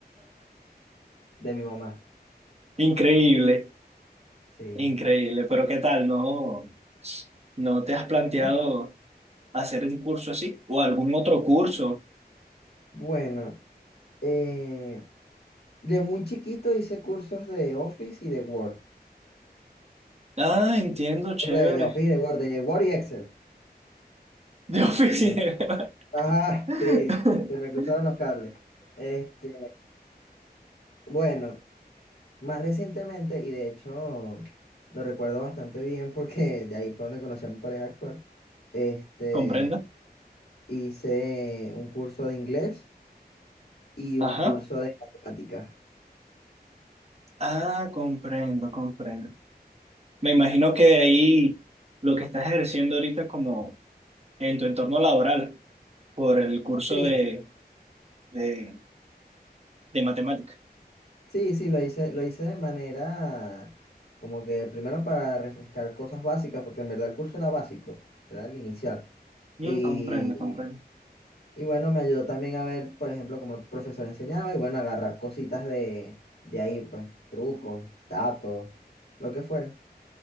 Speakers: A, on the left; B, on the right.
A: de mi mamá,
B: Increíble,
A: sí.
B: increíble, pero ¿qué tal? ¿No, no te has planteado
A: ¿no?
B: hacer un curso así o algún otro curso?
A: Bueno, eh, de muy chiquito hice cursos de Office y de Word.
B: Ah, entiendo, chévere.
A: O sea, de de Office y de Word, de Word y Excel.
B: De oficina.
A: Eh, ajá,
B: <laughs>
A: sí, se me cruzaron los cables. Este, bueno, más recientemente, y de hecho lo recuerdo bastante bien porque de ahí fue donde conocí a mi pareja actual. Este,
B: ¿Comprendo?
A: hice un curso de inglés y
B: Ajá.
A: un curso de matemáticas.
B: Ah, comprendo, comprendo. Me imagino que de ahí lo que estás ejerciendo ahorita como en tu entorno laboral por el curso
A: Sí,
B: de, de, de matemática.
A: Sí, sí, lo hice, lo hice de manera como que primero para refrescar cosas básicas, porque en verdad el curso era básico, era el inicial.
B: Mm,
A: Y,
B: comprendo, comprendo.
A: y bueno, me ayudó también a ver, por ejemplo, cómo el profesor enseñaba y bueno, agarrar cositas de, de ahí, pues, trucos, datos, lo que fuera.